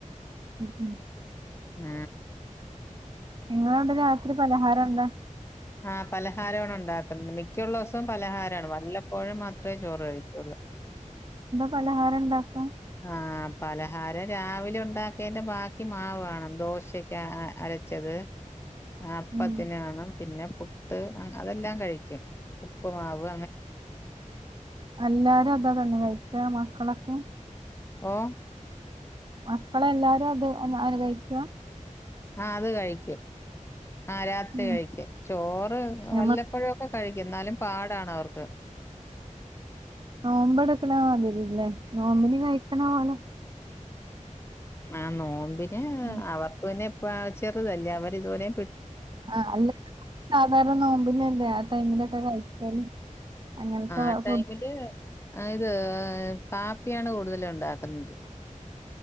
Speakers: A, on the right; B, on the left.
A: ഉം ഉം
B: ആ
A: നിങ്ങളവിടെ രാത്രി പലഹാരന്താ
B: ആ പലഹാരവ്ടെണ്ടാക്കുന്ന <unintelligible> ഇക്കയുള്ള ദിവസം പലഹാരാണ് വല്ലപ്പോഴും മാത്ര ചോറ് കഴിക്കൊള്ളൂ
A: പലഹാരണ്ടാക്ക
B: ആ പലഹാരം രാവിലെണ്ടാക്കിയെൻ്റെ ബാക്കി മാവ് കാണും ദോശക്കെ അരച്ചത് ആ അപ്പത്തിന്
A: ഉം
B: കാണും പിന്നെ പുട്ട് അങ് അതെല്ലാം കഴിക്കും ഉപ്പ്മാവ്
A: അല്ലാരും അതാ തന്നെ കഴിക്കാ മക്കളൊക് ക്കെ
B: ഓ
A: മക്കളെല്ലാരും അത് അനു അനുകഴിക്ക
B: ആ അത് കഴിക്കും ആ രാത്രി
A: ഉം
B: കഴിക്ക ചോറ്
A: ഞമ്മ
B: വല്ലപ്പോഴൊക്കെ കഴിക്കുംന്നാലും പാടാണ് അവർക്ക്
A: നോമ്പ് എട്ക്ക്ണ മാതിരില്ലേ നോമ്പിന് കഴിക്ക്ണ പോലെ
B: ആ നോമ്പ് ഏ
A: ഉം
B: അവർക്ക് നി പ്പാ ചെറുതല്ല അവർ ഇതുപോലെ
A: <unintelligible> <unintelligible>
B: <unintelligible>
A: അങ്ങനത്തെ ഫുഡ്
B: <unintelligible>